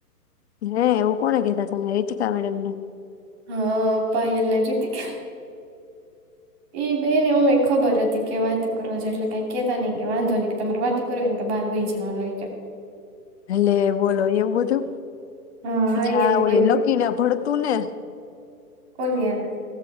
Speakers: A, on the left; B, on the right.
A: હે એવું કોને કહેતા ત રીચિકા મેડમ ને.
B: હા પાયલને રિતિકા ઈ બે ને અમે ખબર હતી કે વાતો કરવા છે એટલે કઈ કેતા નઈ કે વાંધો નઈ કે તમારે વાતું કરવી કે બાર બેહી જવાનું કે.
A: ને લે બોલો એવું બધું
B: હા
A: અચ્છા
B: એમ
A: ઓલી
B: કોઈ દી
A: લકીને ભરતું ને.
B: કોની.